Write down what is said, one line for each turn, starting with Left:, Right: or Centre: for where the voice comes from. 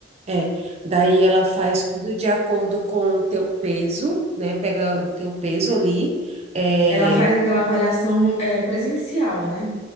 Right: É, daí ela faz tudo de acordo com o teu peso, né? Pega o teu peso ali. É,
Left: Ela faz aquela avaliação é, presencial, né?